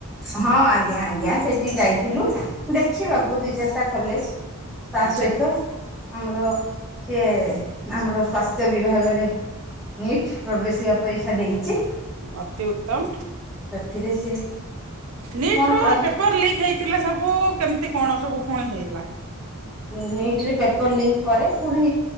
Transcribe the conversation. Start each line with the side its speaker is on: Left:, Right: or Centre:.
Centre: ହଁ ଆଜ୍ଞା ଆଜ୍ଞା ସେଠି ଯାଇଥିଲୁ ଦେଖିବାକୁ ଦି ଚାରିଟା କଲେଜ୍। ତା
Right: ଆଚ୍ଛା।
Centre: ସହିତ ଆମର ସିଏ ଆମର ସ୍ୱାସ୍ଥ୍ୟ। ସ୍ୱାସ୍ଥ୍ୟ ବିଭାଗରେ ନିଟ୍ ପ୍ରବେଶିକା ପରୀକ୍ଷା ଦେଇଛି।
Right: ଅତି ଉତ୍ତମ
Centre: ସେଥିରେ ସିଏ
Right: ନିଟ୍
Centre: କଣ
Right: ର
Centre: କରି
Right: ପେପର ଲିକ୍ ହେଇ ଥିଲା ସବୁ କେମିତି କଣ ସବୁ ପୁଣି ହେଇଗଲା?
Centre: ନିଟ୍ ରେ ପେପର ଲିକ୍ ପରେ ପୁଣି